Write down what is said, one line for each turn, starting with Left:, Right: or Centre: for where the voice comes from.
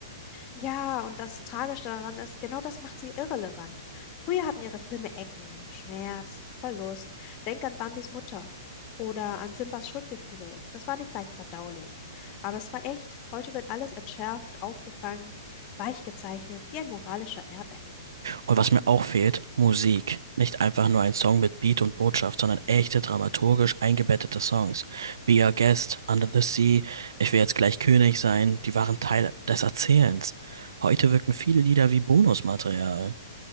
Left: Ja, und das Tragische daran ist, genau das macht sie irrelevant. Früher hatten ihre Filme Ecken, Schmerz, Verlust. Denk an Bambis Mutter oder an Simbas Schuldgefühle. Das war nicht leicht verdaulich. Aber es war echt. Heute wird alles entschärft, aufgefangen, weich gezeichnet, wie ein moralischer Airbag.
Right: Und was mir auch fehlt, Musik. Nicht einfach nur ein Song mit Beat und Botschaft, sondern echte dramaturgisch eingebettete Songs. Be Our Guest, Under the Sea, Ich will jetzt gleich König sein, die waren Teil des Erzählens. Heute wirken viele Lieder wie Bonusmaterial.